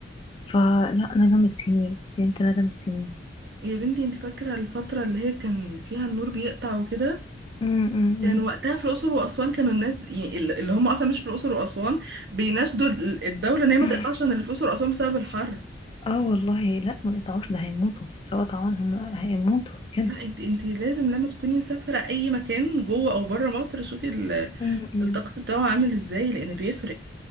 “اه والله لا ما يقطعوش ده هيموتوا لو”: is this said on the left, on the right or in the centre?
Left